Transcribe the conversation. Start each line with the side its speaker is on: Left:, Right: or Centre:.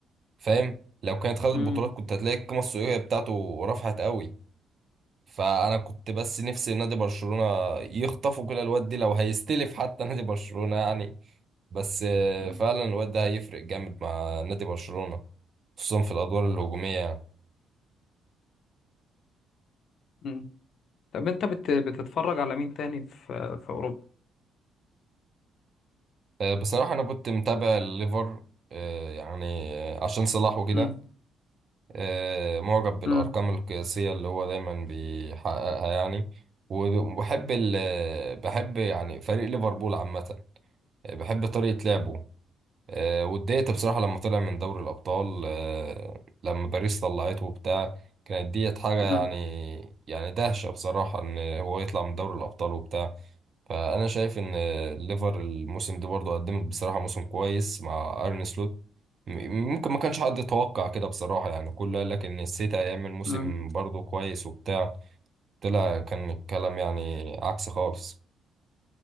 Right: فاهم لو كانت خدت
Left: امم
Right: بطولات كنت هتلاقي القيمه السوقيه بتاعته رفعت قوي فانا كنت بس نفسي نادي برشلونه يخطفوا كده الواد دي لو هيستلف حتى نادي برشلونه يعني بس آه،
Left: امم
Right: فعلا الواد ده هيفرق جامد مع نادي برشلونة خصوصا في الأدوار الهجومية يعني
Left: مم. طب انت بت... بتتفرج على مين تاني في في اوروبا
Right: آه، بصراحة أنا كنت متابع الليفر آه، يعني آه، عشان صلاح وكده
Left: امم
Right: آه، معجب بالأرقام
Left: امم
Right: القياسية اللي هو دايما بيحققها يعني وبحب ال آه، بحب يعني فريق ليفربول عامة آه، بحب طريقة لعبه آه، واتضايقت بصراحة لما طلع من دوري الأبطال آه، لما باريس طلعته وبتاع كانت ديت حاجة
Left: امم
Right: يعني يعني دهشة بصراحة إن هو يطلع من دوري الأبطال وبتاع فأنا شايف إن ليفر الموسم ده برضه قدمت بصراحة موسم كويس مع أرن سلوت م- ممكن ما كانش حد يتوقع كده بصراحة يعني كله قال لك إن السيتي هيعمل موسم
Left: امم
Right: برضه كويس وبتاع طلع كان الكلام يعني عكس خالص